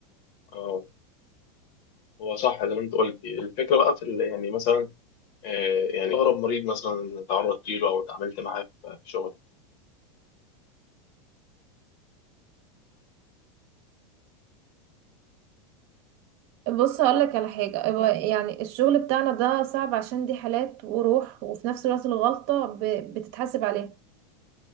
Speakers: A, on the left; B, on the right.
A: أه هو صح زي ما أنت قلتي الفكرة بقى في ال- يعني مثلا آه، يعني أغرب مريض مثلا تعرضت له أو اتعاملت معاه في في شغلك
B: بص هقول
A: أه
B: لك على حاجة هو يعني الشغل بتاعنا ده صعب عشان دي حالات وروح وفي نفس الوقت الغلطة ب- بتتحاسب عليها